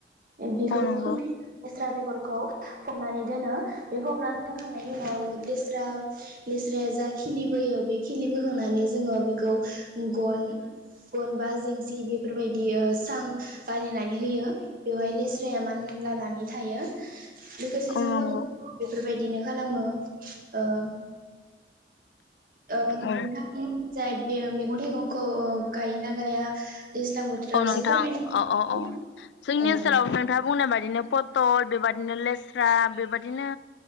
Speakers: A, on the right (about 50°); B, on the left (about 80°).
A: बेखौ
B: औ नंगौ
A: <unintelligible> द्रा बेगरखौ फबनानै दोनो बे फबनानै दोनखांनायनि उनाव दैस्रा लेस्राया जा खिलिबोयो बे खिलि बोखांनानै जोङो बेखौ गन गन बा जोंसि बेफोरबायदि ओ सां बानायनानै होयो बेवहाय लेस्राया मानलानानै थायो। लोगोसे
B: औ
A: जों <unintelligible>
B: नंगौ
A: बेफोरबायदिनो खालामो ओम ओ नोंथांनि
B: औ
A: जाय बे मैगं थाइगंखौ गायोना गाया दैज्लां बोथोराव
B: औ नोंथां
A: एसे फोरमायना
B: औ औ
A: हो।
B: औ जोंनि
A: औ नोंथां
B: ओनसोलाव नोंथाङा बुंनाय बायदिनो पटल बेबायदिनो लेस स्रा बेबादिनो